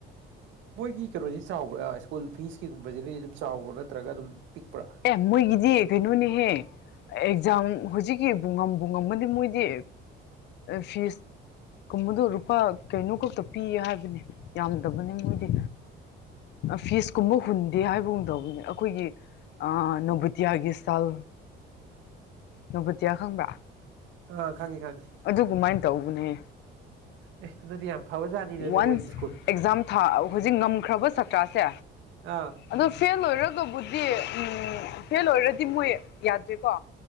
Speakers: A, on the right (about 75°); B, on the left (about 65°).
A: ꯃꯣꯏꯒꯤ ꯀꯩꯅꯣꯁꯤ ꯆꯥꯎꯕ꯭ꯔꯥ ꯁ꯭ꯀꯨꯜ ꯐꯤꯁꯀꯤꯒꯨꯝꯕꯁꯤꯗꯒꯤꯗꯤ ꯑꯗꯨꯝ ꯆꯥꯎꯕ꯭ꯔꯥ ꯅꯠꯇ꯭ꯔꯒ ꯑꯗꯨꯝ ꯄꯤꯛꯄ꯭ꯔꯥ
B: ꯑꯦ ꯃꯣꯏꯒꯤꯗꯤ ꯀꯩꯅꯣꯅꯤꯍꯦ ꯑꯦꯛꯖꯥꯝ ꯍꯧꯖꯤꯛꯀꯤꯕꯨ ꯉꯝꯕ ꯉꯝꯃꯗꯤ ꯃꯣꯏꯗꯤ ꯐꯤꯁ ꯀꯨꯝꯕꯗꯣ ꯂꯨꯄꯥ ꯀꯩꯅꯣ ꯈꯛꯇ ꯄꯤꯌꯦ ꯍꯥꯏꯕꯅꯦ ꯌꯥꯝꯗꯕꯅꯤ ꯃꯣꯏꯗꯤ ꯐꯤꯁ ꯀꯨꯝꯕ ꯍꯨꯟꯗꯦ ꯍꯥꯏꯕꯒꯨꯝꯗꯧꯕꯅꯤ ꯑꯩꯈꯣꯏꯒꯤ ꯅꯣꯕꯨꯇꯤꯌꯥꯒꯤ ꯁ꯭ꯇꯥꯜ ꯅꯣꯕꯨꯇꯤꯌꯥ ꯈꯪꯕ꯭ꯔꯥ
A: ꯑꯥ ꯈꯪꯉꯤ ꯈꯪꯉꯤ
B: ꯑꯗꯨꯃꯥꯏꯅ ꯇꯧꯕꯅꯦ
A: ꯑꯦ ꯑꯗꯨꯗꯤ ꯌꯥꯝ ꯐꯕꯖꯥꯠꯅꯤꯅꯦ
B: ꯋꯥꯟꯁ
A: ꯃꯣꯏꯒꯤ ꯁ꯭ꯀꯨꯜ
B: ꯑꯦꯛꯖꯥꯝ ꯊꯥ ꯍꯧꯖꯤꯛ ꯉꯝꯈ꯭ꯔꯕ ꯁꯥꯇ꯭ꯔꯥꯁꯦ
A: ꯑꯥ
B: ꯑꯗꯣ ꯐꯦꯜ ꯑꯣꯏꯔꯒꯕꯨꯗꯤ ꯗꯒꯤ ꯎꯝ ꯐꯦꯜ ꯑꯣꯏꯔꯗꯤ ꯃꯣꯏ ꯌꯥꯗ꯭ꯔꯦꯀꯣ